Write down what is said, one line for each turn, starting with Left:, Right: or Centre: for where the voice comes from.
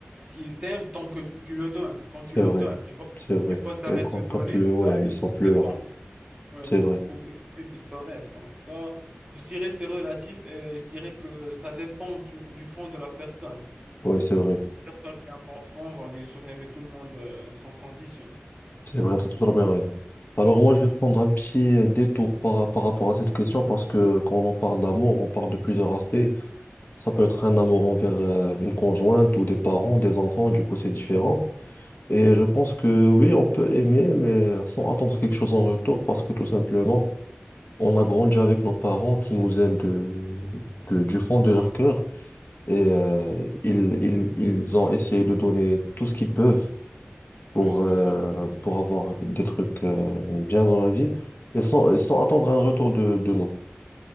Right: ils t'aiment tant que tu le donnes, quand tu
Left: C'est
Right: leur
Left: vrai,
Right: donnes, tu vois?
Left: c'est vrai.
Right: Une fois que tu
Left: Et
Right: arrêtes
Left: quand
Right: de donner,
Left: t'as plus, ouais,
Right: là, ils
Left: ils sont
Right: coupent
Left: plus
Right: les
Left: là.
Right: ponts. Ouais,
Left: C'est
Right: donc
Left: vrai,
Right: ils coupent les cheveux, ils disparaissent. Donc ça, je dirais c'est relatif et je dirais que ça dépend du, du fond de la personne.
Left: oui, c'est vrai,
Right: La personne qui est un bon fond va bien sûr aimer tout le monde euh, sans condition.
Left: c'est vrai, t'as totalement raison. Alors moi, je
Right: Ouais,
Left: vais prendre un petit détour par, par rapport à cette question parce que quand on parle d'amour, on parle de plusieurs aspects. Ça peut être un amour envers euh, une conjointe ou des parents, des enfants, du coup c'est différent. Et
Right: ouais,
Left: je pense que oui, on peut aimer, mais sans attendre quelque chose en retour, parce que tout simplement, on a
Right: ouais,
Left: grandi avec nos parents qui nous aiment de, de- du fond de leur cœur. Et euh, ils, ils, ils ont essayé de donner tout ce qu'ils peuvent pour,
Right: ouais, effectivement.
Left: euh, pour avoir des trucs euh, bien dans la vie, et sans, sans attendre un retour de, de nous.